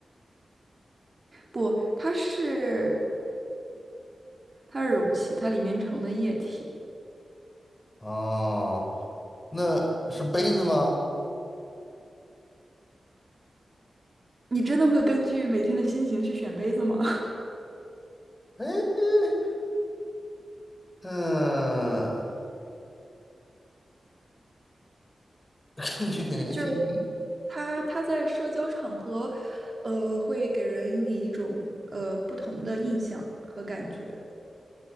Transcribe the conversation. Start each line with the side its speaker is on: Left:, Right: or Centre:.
Right: 不，它是它是容器，它里面盛的液体。
Left: 哦，那是杯子吗？
Right: 你真的会根据每天的心情去选杯子吗？
Left: 哎，嗯，<laughs> 根据人性。
Right: 就是他他在社交场合，呃，会给人以一种呃不同的印象和感觉。